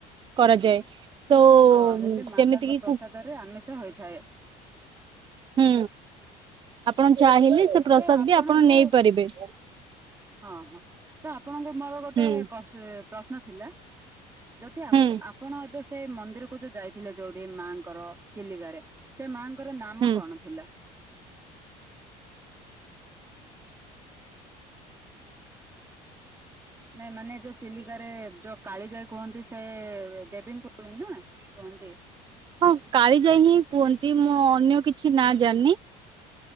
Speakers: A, on the right; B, on the right.
A: କରାଯାଏ। ତ
B: ଅ ହେଲେ ମାତାଙ୍କ
A: ଯେମିତି କିି
B: ପ୍ରସାଦ
A: ହୁଁ
B: ରେ ଆମିଷ ହୋଇଥାଏ।
A: ହୁଁ ଆପଣ ଚାହିଁଲେ ସେ ପ୍ରସାଦ
B: ତ ଆପଣଙ୍କୁ
A: ବି ଆପଣ ନେଇପାରିବେ।
B: ହଁ -ହଁ ତ ଆପଣଙ୍କୁ ମୋର ଗୋଟେ
A: ହୁଁ
B: କସେ ପ୍ରଶ୍ନ ଥିଲା ଯଦି ଆପ-
A: ହୁଁ
B: ଆପଣ ଏବେ ସ୍ ସେ ମନ୍ଦିର କୁ ଯୋଉ ଯାଇଥିଲେ ଯୋଉଠି ମାଙ୍କର ଚିଲିକାରେ ସେ ମାଙ୍କର ନାମ
A: ହୁଁ
B: କଣ ଥିଲା? ନାଇଁ ମାନେ ଯୋଉ ଚିଲିକାରେ ଯୋଉ କାଳି ଯାଇ କୁହନ୍ତି ସେ ଦେବୀଙ୍କୁୁ କୁହେନା। କୁହନ୍ତି।
A: ହଁ କାଳି ଯାଇ ହିଁ କୁହନ୍ତି ମୁଁ ଅନ୍ୟ କିଛି ନା ଜାଣିନି।